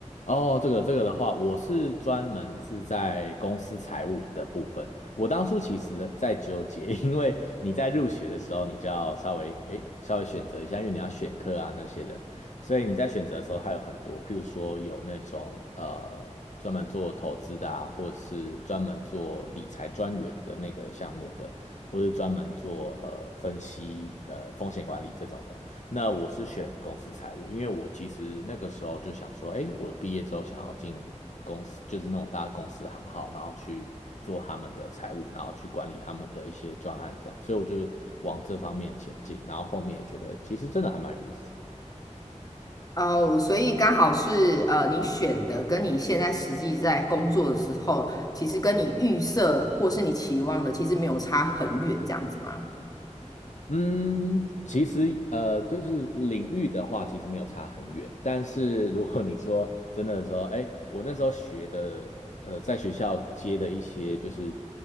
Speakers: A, on the left; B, on the left.
A: 哦，这个这个的话，我是专门是在公司财务的部分。我当初其实在纠结，<laughs> 因为你在入学的时候，你就要稍微诶稍微选择一下，因为你要选课啊那些的，所以你在选择的时候，还有很多，譬如说有那种呃专门做投资的啊，或者是专门做理财专员的那个项目的，或是专门做呃分析呃风险管理这种的。那我是选公司财务，因为我其实那个时候就想说，哎，我毕业之后想要进公司，就是那种大公司行号，然后去做他们的财务，然后去管理他们的一些专案这样，所以我就往这方面前进，然后后面也觉得其实真的还蛮有意思。
B: 哦，所以刚好是呃，你选的跟你现在实际在工作的时候，其实跟你预设或是你期望的，其实没有差很远，这样子吗？
A: 嗯，其实呃，就是领域的话，其实没有差很远。但是如果你说真的说，哎，我那时候学的，呃，在学校接的一些就是